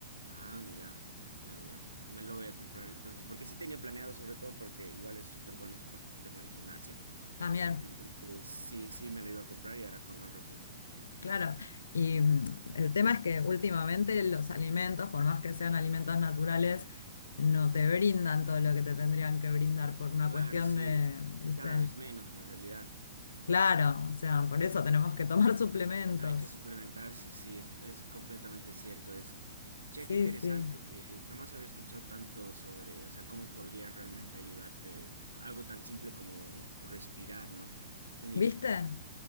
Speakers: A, on the right; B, on the left.
A: Ah, mira, mira, mira. Me lo voy a comprar entonces, porque sí tenía planeado, sobre todo porque igual es súper bueno supuestamente con el gimnasio.
B: También.
A: Entonces, sí, sí, me lo iba a comprar y ahora con más razón.
B: Claro, y mm, el tema es que últimamente los alimentos, por más que sean alimentos naturales, no te brindan todo lo que te tendrían que brindar por una
A: Claro,
B: cuestión
A: sí,
B: de, ¿viste?
A: y cada vez menos en realidad.
B: Claro, o sea, por eso tenemos que tomar <laughs> suplementos.
A: Hay que suplementarse, sí, es, es completamente cierto eso. Che,
B: Sí,
A: qué interesante.
B: sí.
A: eh, jamás había escuchado tanto sobre, o sea, cómo podría realmente ayudarte algo tan simple como respirar, ¿no? ¿Quién diría?
B: ¿Viste?